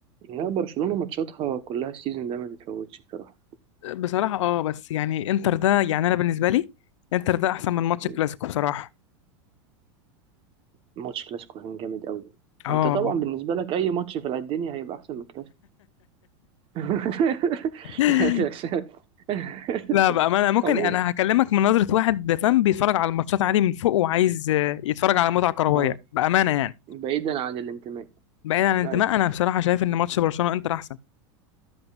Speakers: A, on the right; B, on the left.
A: لا برشلونة ماتشاتها كلها السيزون ده ما تتفوتش بصراحة
B: بصراحة اه بس يعني انتر ده يعني انا بالنسبة لي انتر ده احسن من ماتش
A: م.
B: الكلاسيكو بصراحة
A: ماتش كلاسيكو كان جامد قوي
B: اه
A: انت طبعا بالنسبة لك اي ماتش في الدنيا هيبقى احسن من كلاسيكو <laughs>
B: <laughs>
A: يعني عشان- <laughs>
B: لا بقى ما انا ممكن
A: طبيعي
B: انا هكلمك من نظرة واحد فاهم بيتفرج على الماتشات عادي من فوق وعايز آه، يتفرج على متعة كروية
A: اه
B: بأمانة يعني
A: بعيدا عن الانتماء
B: بعيد عن الانتماء
A: ايوه
B: انا بصراحة شايف ان ماتش برشلونة انتر احسن